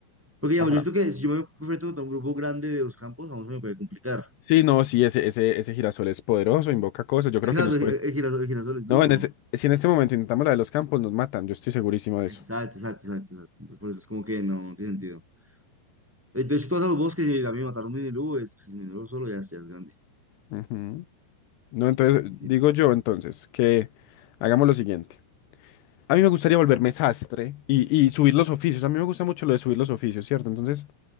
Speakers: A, in the centre; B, on the left.
A: Porque digamos,
B: Ajá.
A: yo siento que si yo me enfrento a un grupo grande de dos campos, vamos, se me puede complicar.
B: Sí, no, sí, ese, ese, ese girasol es poderoso, invoca cosas. Yo creo
A: Exacto,
B: que nos
A: el,
B: pueden.
A: el girasol, el girasol es duro.
B: No, en ese- si en este momento intentamos la de los campos, nos matan. Yo estoy segurísimo de
A: Exacto,
B: eso.
A: exacto, exacto, exacto. Entonces, por eso es como que no, no tiene sentido. De de hecho, todos los bosques y a mí me mataron un minilú, es, pues, el minilú solo ya, es- ya es grande.
B: Ujú. No, entonces,
A: Sí, sí.
B: digo yo entonces que hagamos lo siguiente. A mí me gustaría volverme sastre y, y subir los oficios. A mí me gusta mucho lo de subir los oficios, ¿cierto? Entonces,